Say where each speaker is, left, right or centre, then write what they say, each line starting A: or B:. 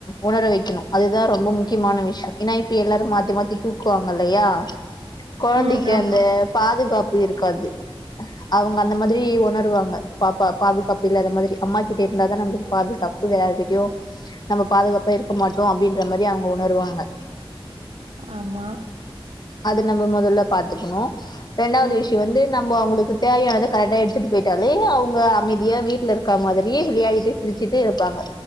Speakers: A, on the left; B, on the right.
A: உணர வைக்கணு அதுதான் ரொம்ப முக்கியமான விஷயம் ஏன்னா இப்ப எல்லாரு மாத்தி மாத்தி தூக்குவாங்கல்லையா கொழந்தைக்கு
B: ம் ஆமா,
A: அந்த பாதுகாப்பு இருக்காது அவங்க அந்த மாதிரி உணருவாங்க பாப்பா பாதுகாப்பு இல்லாத மாதிரி அம்மா கிட்ட இருந்தாதான் நம்மளுக்கு பாதுகாப்பு புள்ள யார்கிட்டயு நம்ம பாதுகாப்பா இருக்க மாட்டோ அப்டின்ற மாரி அவங்க உணருவாங்க
B: ஆமா
A: அது நம்ம முதல்ல பாத்துக்கணும் ரெண்டாவது
B: அ,
A: விஷ இப்ப வந்து நம்ம அவங்களுக்கு தேவையானத கரெக்டா எடுத்துட்டு போயிட்டாலே அவங்க அமைதியா வீட்டுல இருக்கற மாதிரி வெளையாடிட்டு சிரிச்சுட்டு இருப்பாங்க